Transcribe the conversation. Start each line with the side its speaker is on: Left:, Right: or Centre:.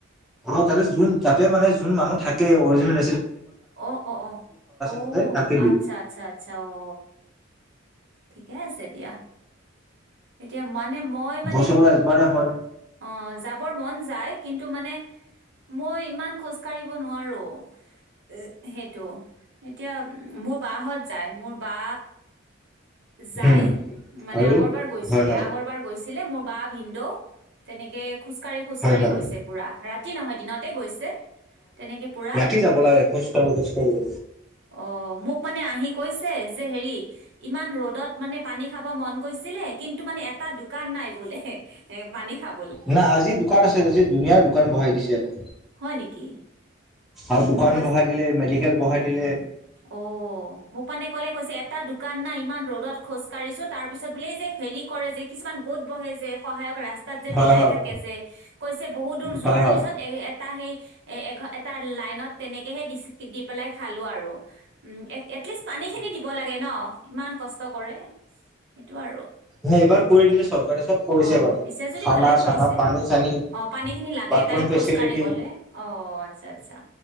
Centre: অ তাতে যোন তাতে মানে যোন মানুহ থাকে অৰজিনেল
Right: অ অ অ অ
Centre: তাতে তাকে দিয়ে
Right: আতচ্ছা আতচ্ছা আতচ্ছা অ ঠিকে আছে দিয়া এতিয়া মাত মানে মই মানে
Centre: বছৰৰ একবাৰে হয়
Right: অহ যাবৰ মন যায় কিন্তু মানে, মই ইমান খোজ কঢ়িব নোৱাৰ এ সেইটো এতিয়া মোৰ বা হত যায় মোৰ বা যাই
Centre: উম
Right: মানে
Centre: আৰু
Right: আগৰবাৰ গৈছিলে,
Centre: হয় হয়
Right: আগৰবাৰ গৈছিলে মোৰ বা ভিনদেউ তেনেকে খোজ খোজ কাঢ়ি খোজকাঢ়ি
Centre: হয় হয়
Right: গৈছে পোৰা, ৰাতি নহয় দিনতে গৈছে তেনেকে পোৰা
Centre: ৰাতি যাব লাগে খোজ কাঢ়ো খোজ কাঢ়ো
Right: অ মোক মানে আহি কৈছে যে হেৰি ৰ'দত মানে পানী খাব মন গৈচিলে কিন্তু মানে এটা দোকান নাই বোলে পানী খাব
Centre: না আজি দোকান আছে আজি দুনীয়াৰ দোকান বঢ়াই দিছে। ইয়াতে
Right: হয় নেকি?
Centre: আৰু দোকান
Right: কৈছে
Centre: বঢ়াই দিলে মেডিকেল বঢ়াই দিলে।
Right: অ মোক মানে ক'লে কৈছে এটা দোকান নাই ইমান ৰ'দত খোজ কাঢ়িছো তাৰ পিছত বোলে যে হেৰি কৰে যে কিছুমান গোট বহেযে সহায়ক ৰাস্তাত যে
Centre: হয়
Right: বিলাই
Centre: হয়
Right: থাকেযে কৈছে বহুত দূৰ যোৱাৰ
Centre: হয় হয়
Right: পিছত এ এটা সেই এ এঘ এটা লাইনত তেনেকে কেহে দিচ দি পেলাই খালো আৰু উ এট এটলিষ্ট পানী খিনি দিব লাগে ন ইমান কষ্ট কৰে সেইটো আৰু।
Centre: হে এইবাৰ কৰি দিলে চৰকাৰে চব। কৰিছে
Right: অ
Centre: এইবাৰ
Right: দিছে যদি
Centre: খানা
Right: ভালে কৰিছে
Centre: চানা পানী চানী
Right: অ পানী খিনি লাগে
Centre: বাথৰুম
Right: তাৰে
Centre: ফেচিলিটি
Right: খোজকাঢ়ি গলে অ', আচ্ছা', আচ্ছা